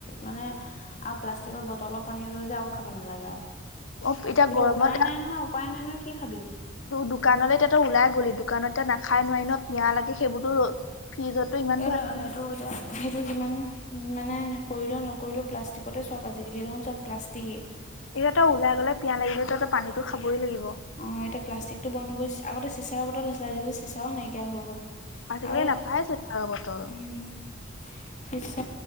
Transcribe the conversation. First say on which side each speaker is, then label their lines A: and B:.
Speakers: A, on the left; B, on the left.
A: মানে আৰু প্লাষ্টিকৰ বটলৰ পানী ৰৈ যায় আৰু খাব নালাগে আৰু।
B: অ এতিয়া
A: কিন্তু
B: গৰমত
A: উপায় নাই নহয় উপায় নাই নহয় কি খাবি?
B: দোকানলৈ তাতো ওলাই গলি দোকানতয়া নাখাই নোৱাৰি ন। কিয় লাগে সেইবোৰো ফ্ৰিজতটো ইমান ভৰা
A: <unintelligible> সেইটো যিমান মানে কৰিলেও নকৰিলেও প্লাষ্টিকতে চব আজিকালি দেখোন চব প্লাষ্টিকেই।
B: এতিয়া ততে ওলাই গলাই পিয় লিলে ততে পানীটো খাবই লাগিব।
A: অঁ এতিয়া প্লাষ্টিকটো বন্ধ হৈ আগতে চিাৰ বটল আছিল আজিকি চিচাও নাইকিয়া হৈ গ'ল।
B: আজিকালি
A: আ
B: নাপাইছো চাহৰ বটল
A: উম পিছত